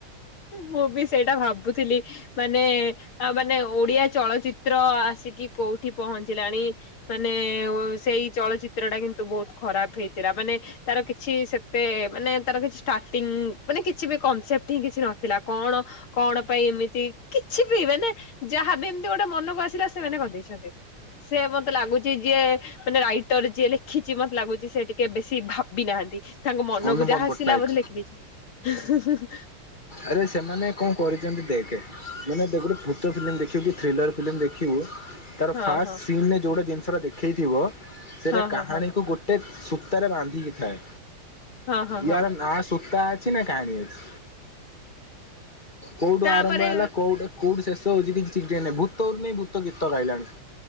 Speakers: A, on the left; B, on the left.
A: ମୁଁ ବି ସେଇଟା ଭାବୁଥିଲି ମାନେ ଆ ମାନେ ଓଡିଆ ଚଳଚ୍ଚିତ୍ର ଆସିକି କୋଉଠି ପହଞ୍ଚିଲାଣି ମାନେ ଓ ସେଇ ଚଳଚ୍ଚିତ୍ରଟା କିନ୍ତୁ ବହୁତ୍ ଖରାପ୍ ହେଇଥିଲା ମାନେ ତାର କିଛି ସେତେ ମାନେ ତାର କିଛି ଷ୍ଟାର୍ଟିଂ ମାନେ କିଛି ବି କନସେପ୍ଟ୍ ହିଁ କିଛି ନଥିଲା କଣ କଣ ପାଇଁ ଏମିତି କିଛି ବି ମାନେ ଯାହାବି ଏମିତି ଗୋଟେ ମନକୁ ଆସିଲା ସେମାନେ କର୍ଦେଇଛନ୍ତି। ସେୟା ମତେ ଲାଗୁଛି ଯିଏ ମାନେ ରାଇଟର୍ ଯିଏ ଲେଖିଛି ମତେ ଲାଗୁଛି ସେ ଟି କେବେ ସିଏ ଭାବିନାହାଁନ୍ତି ତାଙ୍କ ମନକୁ
B: ଅନୁପମ
A: ଯାହା
B: ପଟ୍ଟନାୟକ
A: ଆସିଲା ବୋଧେ ଲେଖିଦେଇଛନ୍ତି।
B: ଆରେ ସେମାନେ କଣ କରିଛନ୍ତି ଦେଖେ, ମାନେ ଗୋଟେ ଭୂତ ଫିଲ୍ମ ଦେଖିବୁ କି ଥ୍ରିଲର ଫିଲ୍ମ ଦେଖିବୁ ତାର
A: ହଁ
B: ଫାଷ୍ଟ
A: ହଁ
B: ସିନରେ ଯୋଉଟା ଜିନିଷଟା ଦେଖେଇଥିବ, ସେଇଟା
A: ହଁ ହଁ
B: କାହାଣୀକୁ
A: ହଁ
B: ଗୋଟେ ଗୋଟେ ସୂତାରେ ବାନ୍ଧିକି ଥାଏ।
A: ହଁ ହଁ
B: ୟାର
A: ହଁ।
B: ନା ସୂତା ଅଛି ନା, କାହାଣୀ ଅଛି। କୋଉଠୁ
A: ତାପରେ
B: ଆରମ୍ଭ ହେଲା, କୋଉଠୁ କୋଉଠି ଶେଷ ହଉଛି, କିଛି ଠିକ୍ ଠିକଣା ନାହିଁ। ଭୂତରୁ ନେଇଁ ଭୂତ ଗୀତ ଗାଇଲାଣି।